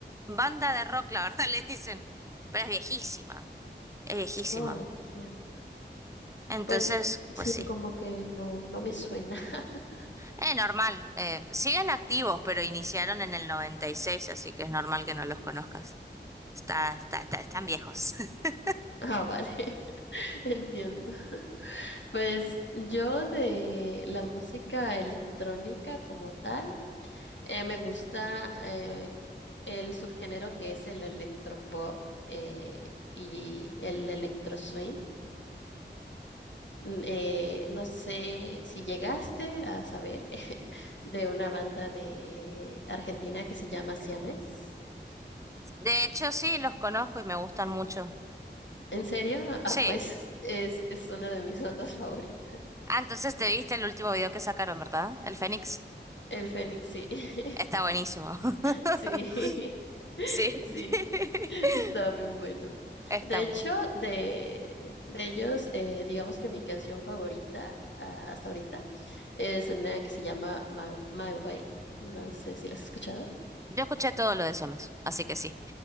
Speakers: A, on the right; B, on the left.
A: banda de rock, la verdad, <laughs> le dicen, pero es viejísima, es viejísima.
B: Oh, entiendo.
A: Entonces,
B: Pues
A: pues
B: sí,
A: sí.
B: como que no, no me suena. <laughs>
A: Eh, normal. Eh, siguen activos, pero iniciaron en el 96, así que es normal que no los conozcas. Está, está, está- están viejos. <laughs>
B: Ah, vale, <laughs> entiendo. Pues yo de la música electrónica como tal, eh, me gusta eh, el subgénero que es el electropop eh, y el electro swing. N- eh, no sé si llegaste a saber <laughs> de una banda de Argentina que se llama Siames.
A: De hecho, sí, los conozco y me gustan mucho.
B: ¿En serio?
A: Sí.
B: Ah, pues es, es una de mis bandas favoritas.
A: Ah, entonces te viste el último video que sacaron, ¿verdad? El Fénix.
B: El Fénix, sí. <laughs>
A: Está buenísimo. <laughs>
B: Sí, <laughs>
A: Sí.
B: sí,
A: <laughs>
B: está muy bueno.
A: Está
B: De
A: muy
B: hecho,
A: bueno.
B: de, de ellos, eh, digamos que mi canción favorita ah, hasta ahorita es una que se llama My, My Way. No sé si la has escuchado.
A: Yo escuché todo lo de Siamex, así que sí.